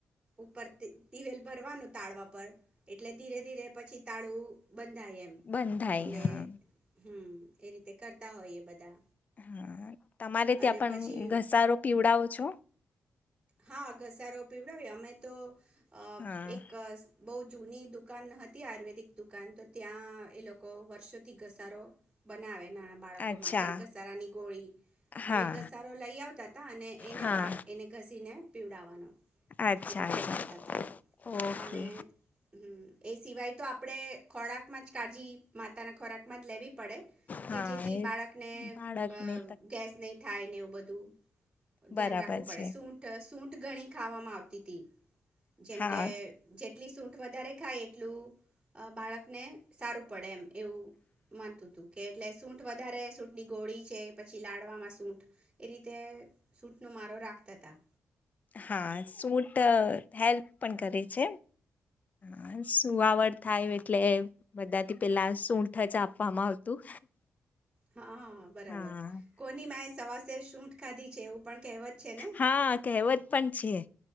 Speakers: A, on the right; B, on the left.
A: ઉપરથી દિવેલ ભરવાનું તાળવા પર એટલે ધીરે ધીરે પછી તાળવુ બધાય એમ
B: બધાય
A: એટલે
B: હા
A: હમ. એ રીતે કરતા હોયએ બધા
B: હા તમારે
A: અને
B: ત્યાં પન
A: પછી
B: ઘસારો પીવડાવો છો?
A: હા ઘસારો પીવડાવી અમે તો અ
B: હા
A: એક બૌ જૂની દુકાન હતી આયુર્વેદિક દુકાન તો ત્યાં એ લોકો વર્ષોથી ઘસ ઘસારો બનાવે. નાના બાળકો
B: અચ્છા
A: માટે ઘસારાની ગોળી તો
B: હા
A: એ ઘસારો લઈ આવતા હતા અને એને
B: હા
A: વાટ એને ઘસીને પીવડાવવાનો
B: અચ્છા
A: એ રીતે
B: અચ્છા
A: કરતા તા
B: ઓકે
A: અને હમ એ સિવાય તો આપડે ખોળાકમાં જ કાળજી માતાના ખોરાકમાં જ લેવી પડે કે,
B: હા
A: જેથી
B: એ
A: બાળકને
B: બાળકને
A: બ ગેસ નહી થા થાય ને એવું બધું ધ્યાન
B: બરાબર
A: રાખું પડે
B: છે
A: સૂઠ સૂઠ ગણી ખાવામાં આવતી તી. જેમ
B: હા
A: કે જે એટલી સૂંઠ વધારે ખાય એટલું અ બાળકને સારું પડે એમ એવું માનતું તું કે એટલે સૂટ વધારે સૂં ની ગોળી છે પછી લાડવામાં સૂટ એ રીતે સૂટનો મારો રાખ તથા
B: હા સુંટ હેલ્પ પણ કરે છે. અ સુઆવર થાય એટલે બધાથી પેલા સૂઠ જ આપવામાં આવતું.
A: હા બરાબર.
B: હા.
A: કોની મેચ સવા શેર સુંઠ ખાધી છે. એવું પણ કહેવત છે ને
B: હા કહેવત પણ છે.